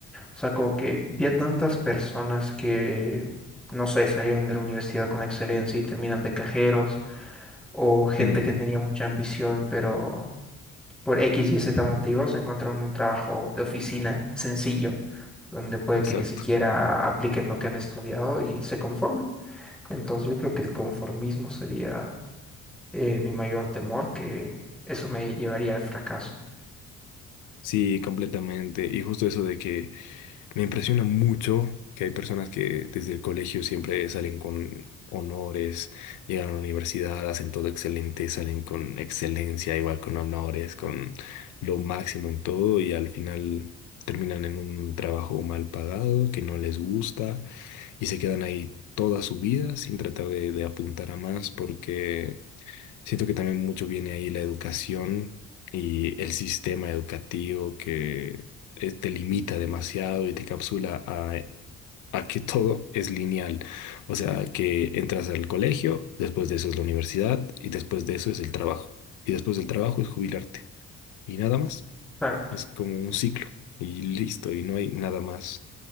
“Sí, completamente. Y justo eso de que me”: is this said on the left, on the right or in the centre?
Left